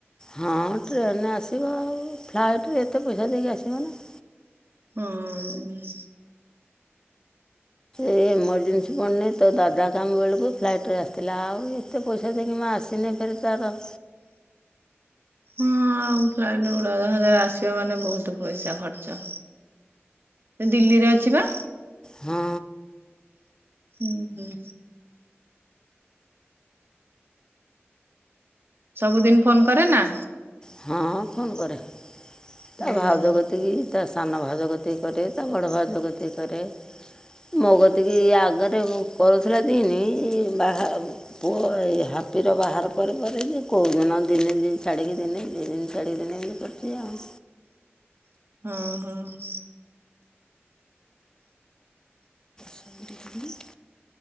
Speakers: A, on the left (about 15°); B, on the right (about 60°).
A: ହଁ ଟ୍ରେନେ ରେ ଆସିବ ଆଉ ଫ୍ଲାଇଟ୍ ରେ ଏତେ ପଇସା ଦେଇକି ଆସିବ ନା।
B: ହୁଁ
A: ଏ ଏମର୍ଜେନ୍ସି ପଡ଼ନି ତ ତା ଦାଦା କାମ ବେଳକୁ ଫ୍ଲାଇଟ୍ ରେ ଆସିଥିଲା ଆଉ ଏତେ ପଇସା ଦେଇକିମା ଆସିନେ ଫେରେ ତାର।
B: ହଁ ଆଉ ଫ୍ଲାଇଟ ଗୋଟେ <unintelligible> ଆସିବ ମାନେ ବହୁତ ପଇସା ଖର୍ଚ୍ଚ। ଏ ଦିଲ୍ଲୀରେ ଅଛିିପା।
A: ହଁ
B: ହୁଁ ହୁଁ। ସବୁଦିନ ଫୋନ କରେ ନା?
A: ହଁ ଫୋନ୍ କରେ ତା
B: ହୁଁ
A: ଭାଉଜ କତି ତିକି ତା ସାନ ଭାଉଜ କତିକି କରେ ତା ବଡ଼ ଭାଉଜ କତିକି କରେ। ମୋ କତିକି ଆଗରେ କରୁଥିଲା ଦିନି ବାହାବ ପୁଅ ଏଇ ହାପିର ବାହାଘର ପରେ ପରେ ଯେ କୋଉଦିନ ଦିନେ ଦି ଛାଡ଼ିକି ଦିନେ ଦୁଇ ଦିନ ଛାଡି ଦିନେ ଏମତି କରୁଚି ଆଉ।
B: ହୁଁ ହୁଁ।
A: <inaudible>